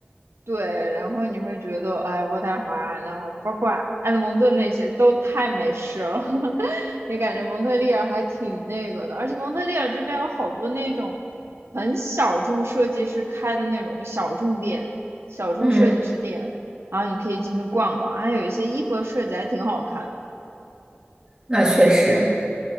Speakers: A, on the right; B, on the right.
A: 对，然后你会觉得，哎，渥太华，然后包括埃德蒙顿那些都太美式了 <laughs>，也感觉蒙特利尔还挺那个的。而且蒙特利尔这边有好多那种很小众设计师开的那种小众店、小众设计师店，
B: 嗯，
A: 然后你可以进去逛逛，还有一些衣服的设计还挺好看。
B: 那确实，